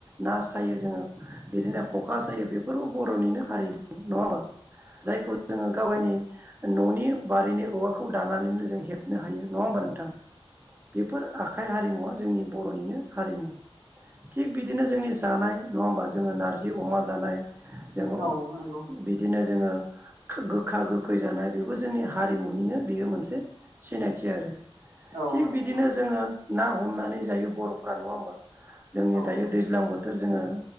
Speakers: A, on the right; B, on the right.
A: ना सायो जोङो बिदिनो ख'खा सायो बेफोरबो बर'निनो हारिमु। नङा होमबा? जायखौ जोङो गावायनि न'नि बारिनि औवाखौ दानानैनो जों हेबनो हायो नङा होमबा? नोंथां, बेफोर आखाइ हारिमुवा जोंनि बर'निनो हारिमु। थिग बिदिनो जोंनि जानाय नङा होमबा जोङो नारजि अमा जानाय जोङो
B: औ नंगौ
A: बिदिनो जोङो गोखा गोखै जानाय बेबो जोंनि हारिमुनिनो बेयो मोनसे सिनायथि आरो।
B: औ
A: थिग
B: नंगौ
A: बिदिनो जोङो ना हमनानै जायो बर'फोरा नङा होमबा? जोंनि
B: औ
A: दायो दैज्लां बोथोर जोङो